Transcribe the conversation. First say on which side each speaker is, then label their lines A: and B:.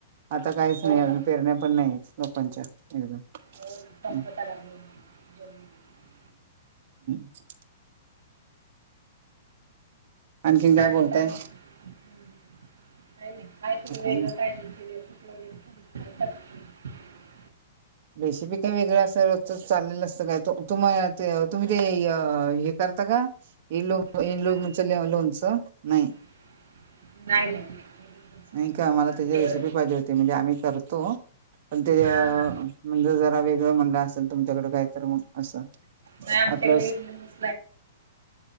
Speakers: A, on the right; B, on the right.
A: आता काहीच
B: हो
A: नाही, अजून
B: ना
A: पेरण्या पण नाही, लोकांच्या एकद
B: हो ना संपत आला मे महिना जून महिना
A: <unintelligible> आणखीन काय
B: बाकी
A: बोलताय?
B: नाही. हम्म. काय नाही, काय तरी
A: काही
B: वेगळं
A: नाही
B: काय <unintelligible> रेसिपी वगैरे. <unintelligible>
A: रेसिपी काही वेगळं असं र चाललेलं असतं काय तुम्हा त तुम्ही ते हे कर <unintelligible>
B: काय? <unintelligible> नाही नाही इडलीच
A: नाही का मला
B: आमच्याकडे
A: त्याची रेसिपी पाहिजे होती, म्हणजे आम्ही करतो पण ते
B: हा
A: अ
B: हा
A: म्हणजे जरा वेगळं म्हणलं असेल तुमच्याकडे काय तर मग असं
B: नाही आमच्याकडे
A: आपलं
B: इडली